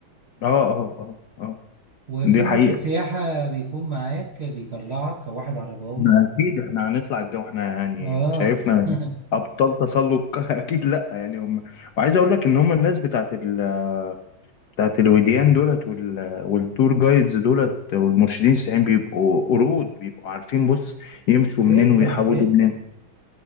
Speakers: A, on the left (about 65°); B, on the right (about 50°).
A: اه اه, آه. آه،
B: وفي
A: دي
B: مرشد
A: حقيقة
B: سياحة بيكون معاك بيطلعك كواحد عرباوي
A: ما اكيد احنا هنطلع الجو احنا يعني
B: آه
A: شايفنا
B: <laughs>
A: ابطال تسلق <laughs> اكيد لا يعني هم وعايز اقول لك ان هم الناس بتاعت ال... بتاعت الوديان دولت وال... والتور جايدز دولت والمرشدين السياحيين بيبقوا قرود بيبقوا عارفين بص يمشوا
B: جدا
A: منين ويحودوا
B: جدا
A: منين